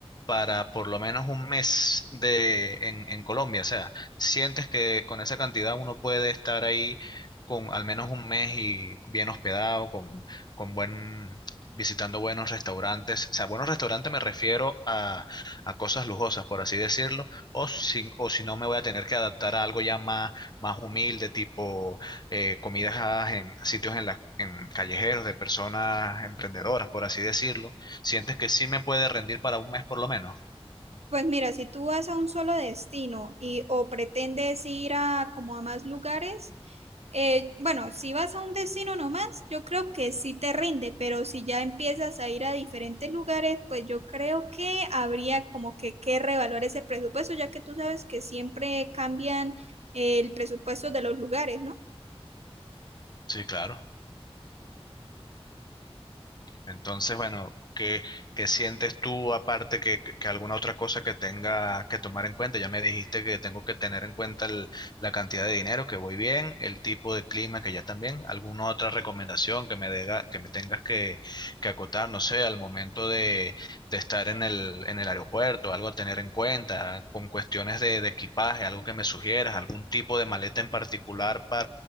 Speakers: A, on the left; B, on the right.
A: para por lo menos un mes de, en, en Colombia? O sea, ¿sientes que con esa cantidad uno puede estar ahí con al menos un mes y bien hospedado, con, con buen, visitando buenos restaurantes? O sea, buenos restaurantes me refiero a, a cosas lujosas, por así decirlo, o si, o si no me voy a tener que adaptar a algo ya más, más humilde, tipo eh, comidas a- en sitios en, la, en callejeros de personas emprendedoras, por así decirlo. ¿Sientes que sí me puede rendir para un mes por lo menos?
B: Pues mira, si tú vas a un solo destino y o pretendes ir a como a más lugares, eh, bueno, si vas a un destino nomás, yo creo que sí te rinde, pero si ya empiezas a ir a diferentes lugares, pues yo creo que habría como que que revaluar ese presupuesto, ya que tú sabes que siempre cambian eh, el presupuesto de los lugares, ¿no?
A: Sí, claro. Entonces, bueno, ¿qué, qué sientes tú aparte que, que alguna otra cosa que tenga que tomar en cuenta? Ya me dijiste que tengo que tener en cuenta el- la cantidad de dinero, que voy bien, el tipo de clima que ya también. ¿Alguna otra recomendación que me dega- que me tengas que, que acotar, no sé, al momento de, de estar en el, en el aeropuerto, algo a tener en cuenta, con cuestiones de, de equipaje, algo que me sugieras, algún tipo de maleta en particular